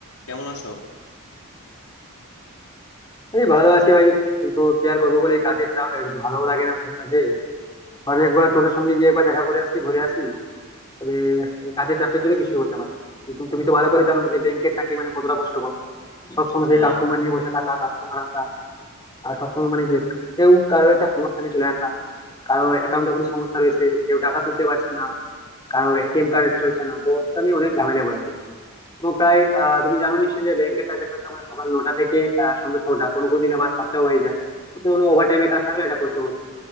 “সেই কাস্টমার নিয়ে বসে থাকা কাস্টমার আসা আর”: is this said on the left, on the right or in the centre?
Left